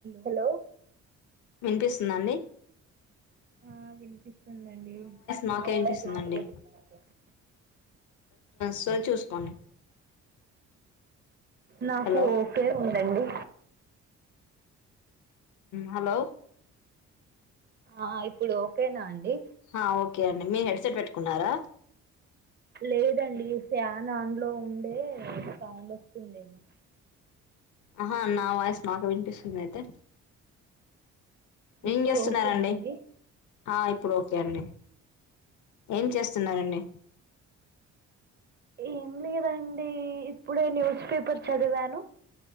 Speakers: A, on the right; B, on the left.
A: Hello
B: వినిపిస్తుందండి
A: ఆ వినిపి వస్తూంది అండి
B: నాకే
A: నా వాయిస్
B: వినిపిస్తుందండి
A: నాకే వినిపిస్తుందండి
B: సో చూసుకోండి
A: నాకు
B: హలో
A: ఓకే ఉందండి
B: హలో
A: ఆ ఇప్పుడు ఒకే నా అండి
B: ఆ ఓకే అండి మీ హెడ్సెట్ పెట్టుకున్నారా
A: లేదండి ఫ్యాన్ ఆన్ లో ఉండే సౌండ్ వస్తుందేమో
B: ఆహా నా వాయిస్ నాకే విని విసుమ్ అయితే
A: ఇప్పుడు
B: ఏం చేస్తున్నారండి
A: ఓకేనా అండి
B: ఆ ఇప్పుడు ఓకే అండి ఏం చేస్తున్నారండి
A: ఏం లేదండి ఇప్పుడే న్యూస్ పేపర్ చదివాను